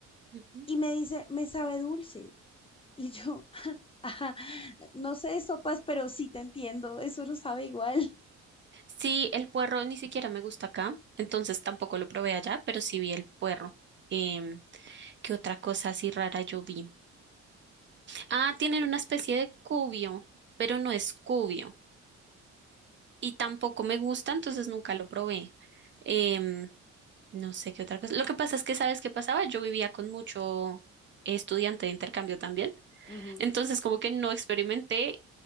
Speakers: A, on the right; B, on the left.
A: Ujú.
B: Y me dice, me sabe dulce. Y yo, <laughs> ajá, no sé, sopas, pero sí te entiendo, eso no sabe igual.
A: Sí, el puerro ni siquiera me gusta acá, entonces tampoco lo probé allá, pero sí vi el puerro. Em, ¿qué otra cosa así rara yo vi? Ah, tienen una especie de cubio, pero no es cubio. y tampoco me gusta, entonces nunca lo probé. Em, no sé qué otra cosa. Lo que pasa es que, ¿sabes qué pasaba? Yo vivía con mucho estudiante de intercambio también,
B: Ujú.
A: entonces como que no experimenté